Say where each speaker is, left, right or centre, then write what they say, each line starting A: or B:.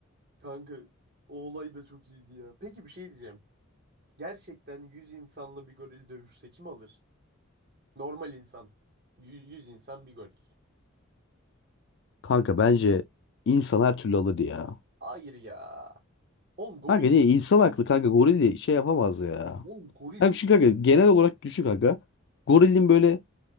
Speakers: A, on the right; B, on the left.
A: kanka o olay da çok iyiydi ya. Peki bir şey diyeceğim. Gerçekten 100 insanla bir goril dövüşse kim alır? Normal insan. Yüz 100 insan bir goril.
B: Kanka bence insan her türlü alır ya.
A: Hayır ya. Oğlum goril.
B: Kanka niye insan haklı kanka goril şey yapamaz ya.
A: Oğlum goril.
B: Hem çünkü kanka genel olarak düşük kanka. Gorilin böyle